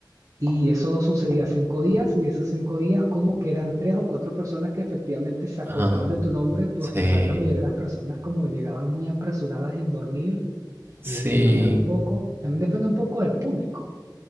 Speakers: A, on the right; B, on the right.
A: y eso sucedía cinco días, y esos cinco días como que eran tres o cuatro personas que efectivamente se acordaban
B: Ajá.
A: de tu nombre, porque
B: Sí.
A: igual la mayoría de las personas como llegaban muy apresuradas en dormir
B: Sí.
A: y en demandar un poco, también depende un poco del público.